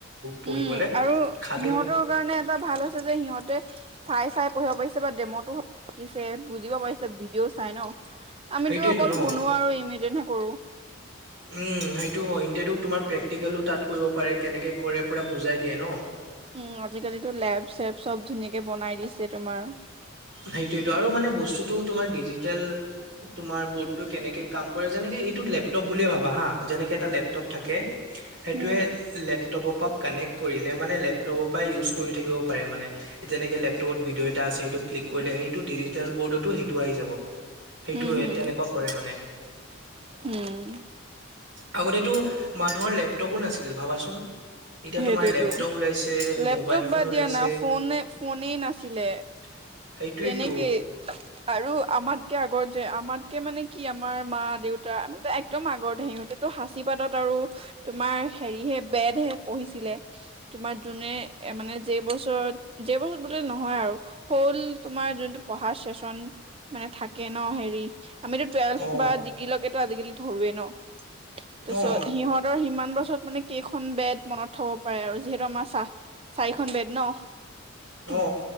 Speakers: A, on the right; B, on the right.
A: পঢ়িবলে
B: উম, আৰু সিহঁতৰ
A: খাদো
B: কাৰণে এটা ভাল হৈছে যে সিহঁতে চাই চাই পঢ়িব পাৰিছে বা ডেমতো শিকিছে বুজিব পাৰিছে ভিডিঅ' চাই ন আমিতো
A: সেইটোয়েতো
B: অকল
A: ন
B: শুনো আৰু ইমেজিনহে কৰোঁ।
A: উম, সেইটো হয় এন্তেতো তোমাৰ প্ৰেক্টিকেলো তাত কৰিব পাৰে কেনেকে কৰে পুৰা বুজাই দিয়ে ন।
B: উম আজিকালিতো লেব চেব চব ধুনীয়াকে বনাই দিছে তোমাৰ
A: সেইটোৱেটো আৰু মানে বস্তুতটো তোমাৰ ডিজিটেল তোমাৰ বৰ্ডটো কেনেকে কাম কৰে যেনেকে এইটোত লেপটপ বুলিয়ে ভাবা হা যেনেকে এটা লেপটপ থাকে। সেইটোৱে
B: উম
A: লেপটপৰ পৰা কানেক্ট কৰিলে মানে লেপ লেপটেপৰ পৰাই ইউজ কৰি থাকিব পাৰে মানে যেনেকে লেপটপত ভিডিঅ' এটা আছে সিটো ক্লিক কৰিলে সেইটো ডিজিটেল বৰ্ডতো সেইটো আহি যাব। সেইটোয়ে
B: উম হম
A: তেনেকুৱা কৰে মানে।
B: উম
A: আগতেতো মানুহৰ লেপটপো নাছিল ভাবাচোন। এতিয়া
B: সেইটোৱেতো
A: তোমাৰ লেপটপ ওলাইছে
B: লেপটপ
A: মোবাইল ফোন
B: বা
A: ওলাইছে।
B: দিয়া না ফোনে ফোনেই নাছিলে
A: সেইট
B: তেনেকেই
A: এইেইট।
B: আৰু আমাতকে আগৰ যে আমাতকে মানে কি আমাৰ মা দেউতা আমো একদম আগৰে সিহতে। টো সাঁচি পাতত আৰু তোমাৰ হেৰি হে বেদহে। পঢ়িছিলে তোমাৰ যোনে মানে যেই বছৰত য বছৰত বোলে নহয় আৰু। ল তোমাৰ যোনটো পঢ়া চচন মানে থাকে ন হেৰি। আমিতো টুৱেলভ
A: অ
B: বা ডিগ্ৰীলৈকেতো আজিকালি ধৰোৱে ন। তাৰপিছত
A: অ
B: সিহঁতৰ সিমান বছৰত মানে কেইখন বেত। মনত থব পাৰে আৰু যিহেতু আমাৰ চাহ চাৰিখন বেড ন' উ
A: অ